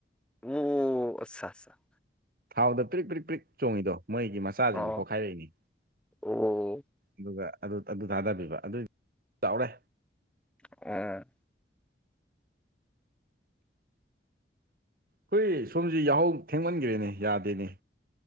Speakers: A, in the centre; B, on the right (about 55°).
A: ꯑꯣ ꯑꯠꯆꯥ ꯑꯠ
B: ꯊꯥꯎꯗ ꯄ꯭ꯔꯤꯛ ꯄ꯭ꯔꯤꯛ ꯄ꯭ꯔꯤꯛ ꯆꯣꯡꯉꯤꯗꯣ ꯃꯣꯏꯒꯤ ꯃꯆꯥꯁꯤꯡꯗꯨ
A: ꯑꯣ
B: ꯄꯣꯛꯈꯥꯏꯔꯛꯏꯅꯤ
A: ꯑꯣ ꯑꯣ
B: ꯑꯗꯨꯒ ꯑꯗꯨ ꯑꯗꯨ ꯊꯥꯗꯕꯤꯕ ꯑꯗꯨꯏ ꯆꯥꯎꯔꯦ
A: ꯑꯣ
B: ꯍꯨꯏ ꯁꯣꯝꯁꯤ ꯌꯥꯍꯧ ꯊꯦꯡꯃꯟꯈ꯭ꯔꯦꯅꯦ ꯌꯥꯗꯣꯏꯅꯦ